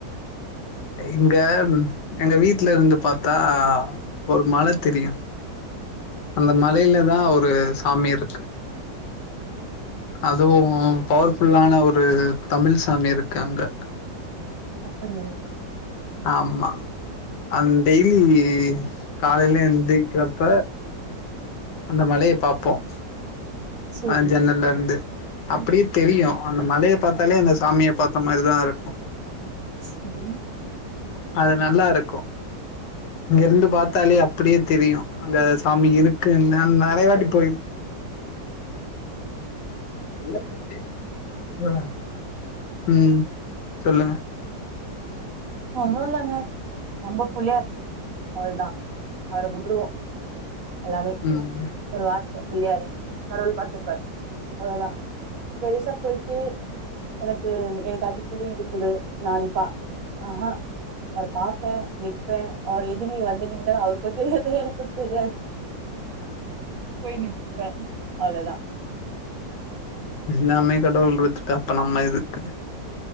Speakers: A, on the left; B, on the right.
A: இங்க எங்க வீட்லருந்து பாத்தா ஒரு மலை தெரியு அந்த மலையிலதா ஒரு ஆமிருக்கு அதுவு பவர்ஃபுல்லான ஒரு தமிழ் சாமி இருக்கு அங்க
B: அப்படியா
A: ஆமா அந் டெய்லி காலயில எந்த்ரிக்கறப்ப அந்த மலய பாப்போம்
B: செரி
A: அஹ் ஜன்னல்லருந்து அப்டியே
B: ம்
A: தெரியு ஆனு மலய பாத்தாலே அந்த சாமிய பாத்த மாரிதா இருக்கு
B: சேரி
A: அத நல்லாருக்கும் இங்கருந்து பாத்தாலே அப்டியே தெரியு அங்க சாமி இருக்குன்னா நா நறய வாட்டி போய் நல்ல இருந்துச்சு உம் சொல்லுங்க
B: ஒன்னுல்லங்க நம்ப புள்யார் அவ்ளதான் அவர கும்புடுவோம் எல்லமே
A: ம்
B: ஒருவா புள்ளியாரி கடவுள் பாத்துப்பார் அவ்ளதா பெருசா போயிட்டு எனக்கு எனக்கு அது குடு இது குடு நானிப்பா ஆஹா அவர பாப்பே நிப்பே அவர எதுக்நீ வந்து நின்னா அவரு இப்ப தெரியாது தெரியாது எனக்கு தெரியாது போய் நிப்ப அவ்ளதான்
A: எல்லாமே கடவுள் வச்சுட்டா அப்ப நம்ம எதுக்கு